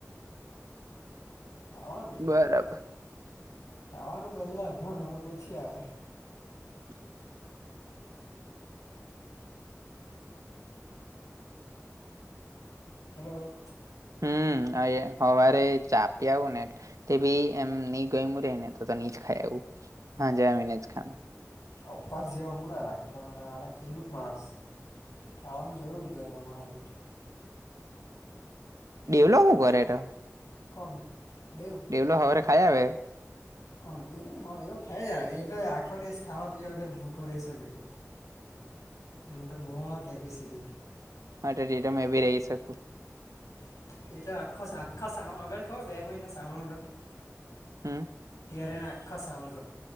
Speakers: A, on the left; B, on the right.
A: ખાવાનું
B: બરાબર
A: ખાવાનું પેલા પણ મારે પછી આવે.
B: <inaudible>
A: હલો.
B: હમ હવારે ચાપી આવું ને એટ તે ભી એમ નહી ગય રે ને તો હી જ ખાય આવું હાંજે આવી ને જ ખાય.
A: ઉપવાસ જેવા હું ના રાખે તમે તમારા ખેડૂત માણસ. ખાવાનું જરૂરી કેવાય તમારે.
B: ડેવલો હું કરે તો
A: કોણ દેવ
B: ડેવલો હવારે ખાઈ આવે.
A: કોણ એ એવ ખાય એ તો આખો દસ ખાવા પીવા વગર ભૂખો રહી શકે. એને તો બ કેપીસીટી.
B: માટે રીટ મે ભી રહી શકું.
A: <unintelligible>
B: હમ.
A: તરેને આખો સાવણ